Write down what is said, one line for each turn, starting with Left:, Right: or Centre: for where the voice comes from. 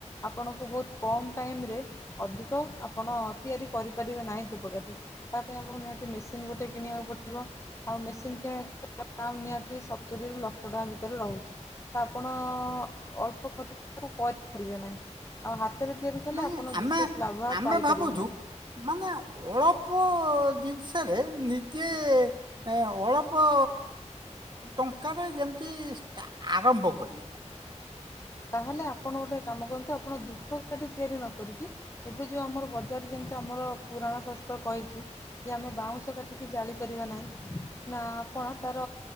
Left: ଆପଣଙ୍କୁ ବୋହୁତ କମ୍ ଟାଇମରେ ଅଧିକ ଆପଣ ତିଆରି କରିପାରି ନାହିଁ ଧୂପକାଠି ତା ପାଇଁ ଆପଣଙ୍କୁ ନିହାତି ମେସିନ ଗୋଟେ କିଣିବାକୁ ପଡିବ ଆଉ ମେସିନ୍ କିଣ ତା ନିହାତି ସତୁରିରୁ ଲକ୍ଷ ଟଙ୍କା ଭିତରେ ରହୁଚି ତ ଆପଣ ଅଳ୍ପ ଖର୍ଚ୍ଚକୁ କରିପାରିବେ ନାହିଁ ଆଉ ହାତରେ ତିଆରି କଲେ
Right: ନାଇଁ
Left: ଆପଣ
Right: ଆମେ
Left: ବିଶେଷ ଲାଭ
Right: ଆମେ
Left: ପାଇପାରିବେନି।
Right: ଭାବୁଛୁ ମାନେ ଅଳପ ଜିନଷରେ ନିଜେ ଅଳ୍ପ ଟଙ୍କାରେ, ଯେମିତି ଆରମ୍ଭ କରିବାକୁ।
Left: ତାହେଲେ ଆପଣ ଗୋଟେ କାମ କରନ୍ତୁ ।ଆପଣ ଧୂପକାଡି ତିଆରି ନ କରିକି ।ଏବେ ଯୋଉ ଆମର ବଜାର ଯେମତି ଆମର ପୁରାଣ ଶାସ୍ତ୍ର କହିଛି। ଯେ ଆମେ ବାଉଁଶ କାଠିକି ଜାଳିପାରିବା ନାହିଁ ନା ଆପଣ ତାର